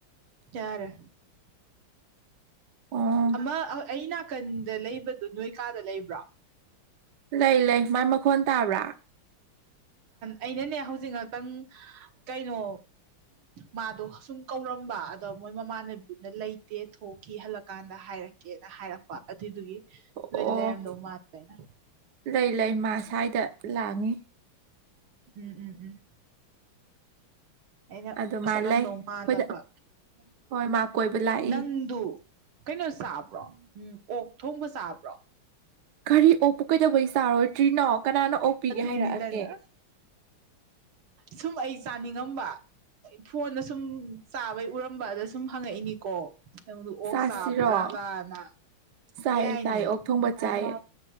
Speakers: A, on the right; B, on the right.
A: ꯌꯥꯔꯦ
B: ꯑꯣ
A: ꯑꯃ ꯑꯅꯥ ꯅꯥꯀꯟꯗ ꯂꯩꯕꯗꯨ ꯅꯣꯏꯀꯥꯗ ꯂꯩꯕ꯭ꯔꯥ
B: ꯂꯩ ꯂꯩ ꯃꯥꯏ ꯃꯈꯣꯟ ꯇꯥꯕ꯭ꯔꯥ
A: ꯑꯩꯅꯅꯦ ꯍꯧꯖꯤꯛ ꯉꯥꯛꯇꯪ ꯀꯩꯅꯣ ꯃꯥꯗꯣ ꯁꯨꯝ ꯀꯧꯔꯝꯕ ꯑꯗꯣ ꯃꯣꯏ ꯃꯃꯥꯟꯅꯕꯤꯗꯨꯅ ꯂꯩꯇꯦ ꯊꯣꯛꯈꯤ ꯍꯜꯂꯛ ꯀꯥꯟꯗ ꯍꯥꯏꯔꯛꯀꯦꯅ ꯍꯥꯏꯔꯛꯄ ꯑꯗꯨꯏꯗꯨꯒꯤ
B: ꯑꯣ
A: ꯅꯣꯏꯗꯤ ꯂꯩꯔꯝꯗꯧ ꯃꯥꯜꯂꯅ
B: ꯂꯩ ꯂꯩ ꯃꯥ ꯁ꯭ꯋꯥꯏꯗ ꯂꯥꯡꯉꯤ
A: ꯎꯝ ꯎꯝ ꯎꯝ ꯑꯩꯅ
B: ꯑꯗꯣ ꯃꯥ
A: ꯆꯠꯂꯝꯗꯧ
B: ꯂꯩ ꯑꯩꯈꯣꯏꯗ
A: ꯃꯥꯜꯂꯕ
B: ꯍꯣꯏ ꯃꯥ ꯀꯣꯏꯕ ꯂꯥꯛꯏ
A: ꯅꯪꯗꯨ ꯀꯩꯅꯣ ꯆꯥꯕ꯭ꯔꯣ ꯎꯝ ꯑꯣꯛ ꯊꯣꯡꯕ ꯆꯥꯕ꯭ꯔꯣ
B: ꯀꯒꯥꯔꯤ ꯑꯣꯄ ꯀꯩꯗꯧꯕꯩ ꯆꯥꯔꯣꯏꯗ꯭ꯔꯤꯅꯣ ꯀꯅꯥꯅ ꯑꯣꯛꯄꯤꯒꯦ
A: ꯑꯗꯨꯅꯤꯗꯅ
B: ꯍꯥꯏꯔꯛꯑꯒꯦ
A: ꯁꯨꯝ ꯑꯩ ꯆꯥꯅꯤꯡꯉꯝ ꯐꯣꯟꯗ ꯁꯨꯝ ꯆꯥꯕꯩ ꯎꯔꯝꯕ ꯑꯗ ꯁꯨꯝ ꯍꯪꯉꯛꯏꯅꯤꯀꯣ ꯅꯪꯗ ꯑꯣꯛ
B: ꯆꯥꯁꯤꯔꯣ
A: ꯆꯥꯕ ꯖꯥꯠꯂꯥꯅ
B: ꯆꯥꯏꯌꯦ
A: ꯌꯥꯏꯅꯦ
B: ꯆꯥꯏꯌꯦ ꯑꯣꯛ ꯊꯣꯡꯕ ꯆꯥꯏꯌꯦ